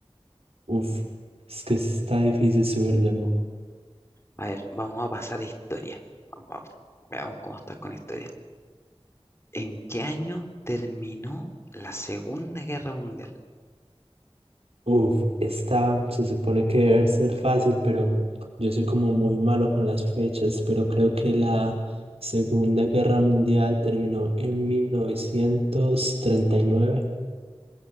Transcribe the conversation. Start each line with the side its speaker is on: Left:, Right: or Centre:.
Right: Uf, es que está difícil subirlo, ¿no?
Left: A ver, vamos a pasar a historia. Va- Veamos cómo estás con historia. ¿En qué año terminó la Segunda Guerra Mundial?
Right: Uf, está, se supone que debe ser fácil, pero yo soy como muy malo con las fechas, pero creo que la Segunda Guerra Mundial terminó en mil novecientos treinta y nueve